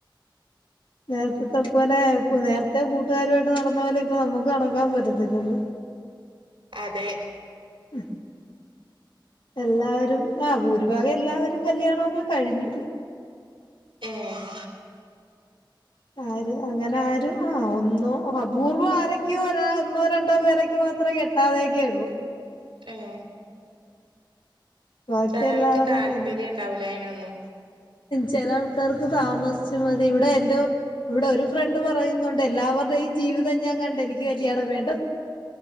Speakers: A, on the left; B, on the right.
A: നേരത്തെത്തെ പോലെ ഇപ്പ നേരത്തെ കൂട്ടുകാരുമായിട്ട് നടന്ന പോലെ ഇപ്പൊ നമുക്ക് നടക്കാൻ പറ്റത്തില്ലല്ലൊ
B: അതെ
A: ഉം എല്ലാവരും ആഹ് ഭൂരിഭാഗം എല്ലാവരും കല്യാണൊക്കെ കഴിഞ്ഞു
B: ഏഹ്
A: ആര് അങ്ങനെ ആരും ആഹ് ഒന്നോ അപൂർവം ആരൊക്കെയോ ഒരാ ഒന്നോ രണ്ടോ പേരൊക്കെ മാത്രേ കെ ആലോയിക്കൊള്ളു
B: ഏഹ്
A: ബാക്കി
B: ചേലോൽക്ക്
A: എല്ലാവരുടെയും
B: താല്പര്യം ണ്ടാവൂല അയിനൊന്നും
A: ചെല ആൾക്കാർക്ക് താമസിച്ച് മതി ഇവിടെ എന്റോ ഇവിടൊരു ഫ്രണ്ട് പറയുന്നുണ്ട് എല്ലാവരുടെയും ജീവിതം ഞാൻ കണ്ട എനിക്ക് കല്യാണം വേണ്ടന്ന്